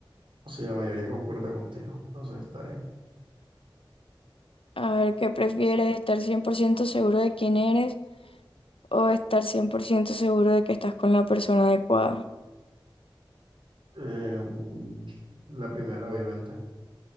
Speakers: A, on the right; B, on the left.
A: Sí, la mayoría concuerda contigo, entonces está bien.
B: A ver, ¿qué prefieres? ¿Estar 100% seguro de quién eres o estar 100% seguro de que estás con la persona adecuada?
A: Eh, mm, la primera, obviamente,